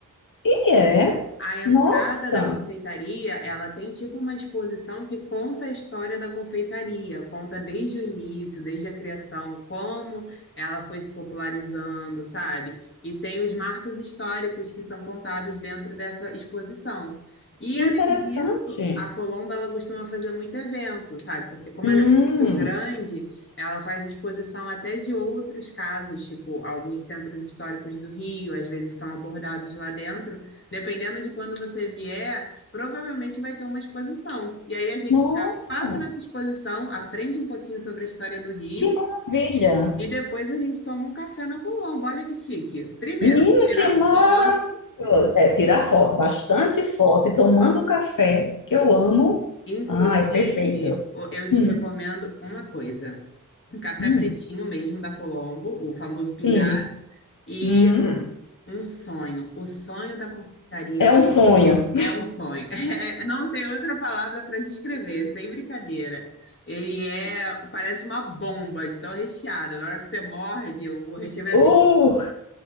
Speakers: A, on the left; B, on the left.
A: E é?
B: A entrada
A: Nossa,
B: da confeitaria, ela tem tipo uma exposição que conta a história da confeitaria, conta desde o início, desde a criação, como ela foi se popularizando, sabe? E tem os marcos históricos que são contados dentro dessa exposição. E
A: que
B: além
A: interessante.
B: disso, a Colombo ela costuma fazer muito evento, sabe? Porque como
A: Hum,
B: ela é muito grande, ela faz exposição até de outros casos, tipo alguns centros históricos do Rio, às vezes são abordados lá dentro. Dependendo de quando você vier, provavelmente vai ter uma exposição. E aí a gente
A: nossa,
B: já passa nessa exposição, aprende um pouquinho sobre a história do Rio
A: que maravilha!
B: e depois a gente toma um café na Colombo. Olha que chique. Primeiro,
A: Menina,
B: tirar
A: que maravilhoso!
B: foto.
A: É, tirar foto, bastante foto e tomando café, que eu amo.
B: Inclusive,
A: Ah, é perfeito.
B: o- eu te
A: Hum,
B: recomendo uma coisa. Um café
A: hum,
B: pretinho mesmo da Colombo, o famoso pingá,
A: sim.
B: e
A: Hum,
B: um sonho, o sonho da confeitaria
A: é um sonho.
B: É um sonho. <laughs> não tem outra palavra para descrever, sem brincadeira. Ele é, parece uma bomba de tão recheado. Na hora que você morde, o recheio é
A: Uh!
B: assim.